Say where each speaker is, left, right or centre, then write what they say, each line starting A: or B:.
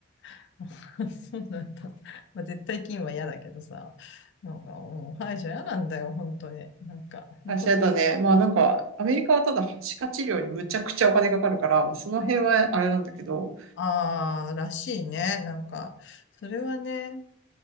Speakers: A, on the left; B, on the right.
A: ん。<laughs> そうなんだ。まあ絶対金は嫌だけどさ、なんかもう歯医者嫌なんだよ、本当に。なんか、本当、
B: あ、しあとね、まあなんか、アメリカはただ、歯科治療にむちゃくちゃお金かかるから、まあその辺はあれなんだけど、
A: ああ、らしいね。なんか、それはね、